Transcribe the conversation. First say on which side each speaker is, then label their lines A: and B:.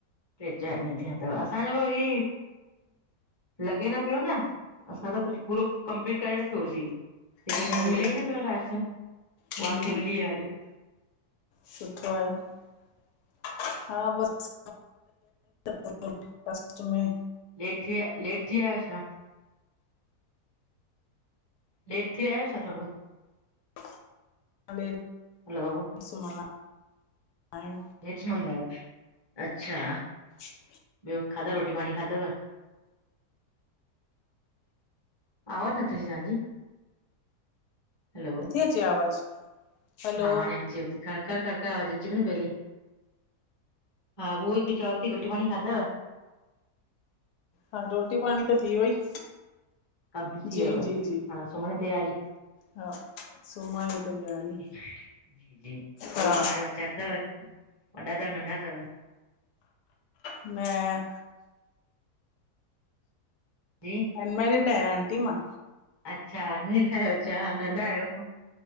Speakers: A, on the left; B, on the left.
A: ट्रे चारि ॾींहं थिया तव व असांजो वरी लॻे न पियो न, असां त कुछ पूरो कंपलीट करे रखियोसीं। लेकिन
B: आहिनि
A: मिले ई न पियो अलाए छो पो
B: हम्म
A: आखिर मिली वियो आ अॼ।
B: सुठो आहे न हा बस <unintelligible> फस्ट में
A: लेट थी विया, लेट थी विया छा? लेट थी विया आयो छा थोड़ो।
B: <unintelligible>
A: हलो लेट सुमंदा आयो अच्छा।
B: <inaudible>
A: ॿियो खाधव रोटी पाणी खाधव? आवाज़ नथे अचे तव्हांजी हलो।
B: नथी अचे आवाज़। हलो
A: हा हाणे अचेवती खड़ खड़ खरखर आवाज अचे पई न पहले। हा उव ई त चवांती रोटी पाणी खाधव?
B: हा, रोटी पाणी त थी वई।
A: कंप्लीट
B: जी,
A: थी वियव हाणे
B: जी, जी।
A: सुम्हण जी तयारी
B: हा, ससमण जी तयारी।
A: जी, जी ॿियो
B: हा
A: ॿार बच्चा अथव वॾा तव नंढा तव।
B: न।
A: जी।
B: अनमैरिड आयां आंटी मां।
A: अच्छा, अरमिल आयो अच्छा नंढा आयो